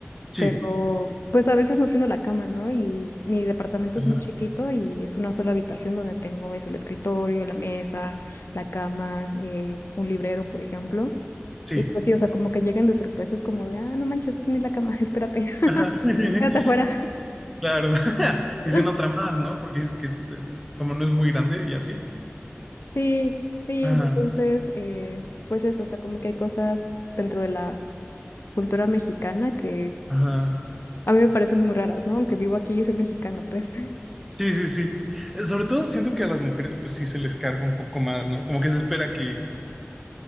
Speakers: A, in the centre; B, on the left.
A: sí,
B: pero pues a veces no tengo la cama, ¿no? Y mi departamento
A: ajá,
B: es muy chiquito y es una sola habitación donde tengo eso, el escritorio, la mesa, la cama, eh, un librero, por ejemplo.
A: sí,
B: Y pues sí, o sea, como que llegan de sorpresas como de, ah, no manches, no tenés la cama, <laughs> espérate.
A: ajá. <laughs>
B: Quédate afuera.
A: Claro, <laughs> y
B: <laughs>
A: se nota más, ¿no? Porque es que es, eh, como no es muy grande y así.
B: Sí, sí,
A: Ajá,
B: entonces, eh, pues eso, o sea, como que hay cosas dentro de la cultura mexicana que
A: ajá.
B: a mí me parecen muy raras, ¿no? Aunque vivo aquí y soy mexicano, pues. <laughs>
A: Sí, sí, sí. Eh, Sobre todo siento que a las mujeres pues sí se les carga un poco más, ¿no? Como que se espera que,